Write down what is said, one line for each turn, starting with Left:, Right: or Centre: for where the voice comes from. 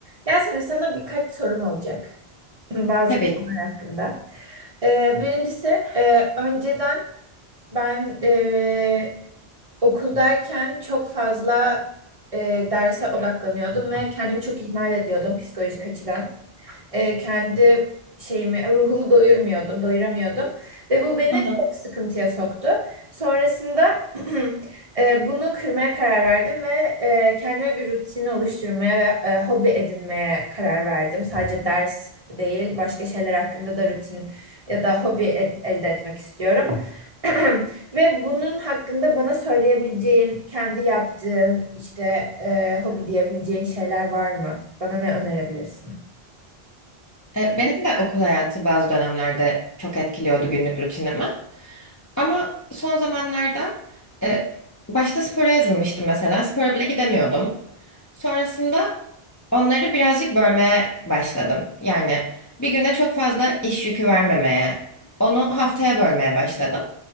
Right: Yasemin sana birkaç sorum olacak <clears throat> <laughs> bazı
Left: Tabii.
Right: konular
Left: ki.
Right: hakkında. Ee, birincisi e, önceden ben e, okuldayken çok fazla e, derse odaklanıyordum ve kendimi çok ihmal ediyordum psikolojik açıdan e, kendi şeyimi, ruhumu doyurmuyordum, doyuramıyordum. Ve bu beni
Left: Hı hı.
Right: çok sıkıntıya soktu. Sonrasında <clears throat> e, bunu kırmaya karar verdim ve e, kendime bir rutin oluşturmaya ve e, hobi edinmeye karar verdim. Sadece ders değil, başka şeyler hakkında da rutin ya da hobi ed- elde etmek istiyorum. <clears throat> Ve bunun hakkında bana söyleyebileceğin, kendi yaptığın, işte e, hobi diyebileceğin şeyler var mı? Bana ne önerebilirsin?
Left: E, Benim de okul hayatı bazı dönemlerde çok etkiliyordu günlük rutinimi. Ama son zamanlarda e, başta spora yazılmıştım mesela. Spora bile gidemiyordum. Sonrasında onları birazcık bölmeye başladım. Yani bir güne çok fazla iş yükü vermemeye, onu haftaya bölmeye başladım.